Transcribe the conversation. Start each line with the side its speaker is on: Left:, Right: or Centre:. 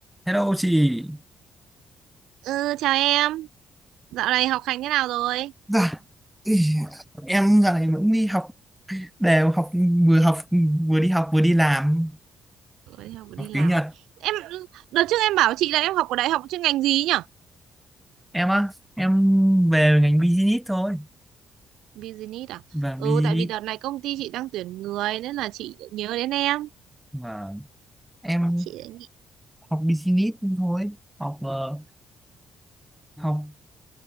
Centre: Hello chị
Right: Ừ, chào em. Dạo này học hành thế nào rồi?
Centre: Dạ, ý, em dạo này vẫn đi học đều học vừa học vừa đi học vừa đi làm
Right: Ôi, đi học đi
Centre: học
Right: làm
Centre: tiếng Nhật
Right: à? Em đợt trước em bảo chị là em học ở đại học chuyên ngành gì ấy nhở?
Centre: em á em về ngành business thôi
Right: Business à?
Centre: và business
Right: Ừ, tại vì đợt này công ty chị đang tuyển người nên là chị lại nhớ đến em.
Centre: và em
Right: Chị lại nghĩ
Centre: học business thôi học ờ, học